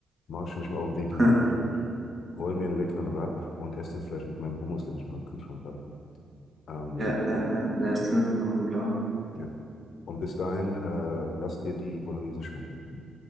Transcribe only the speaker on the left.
mache ich mich mal auf den Weg
in die Küche, roll mir einen leckeren Wrap und esse den vielleicht mit meinem Hummus, den ich beim Kühlschrank habe. Ähm,
Ja. Und bis dahin, äh, lass dir die Bolognese schmecken.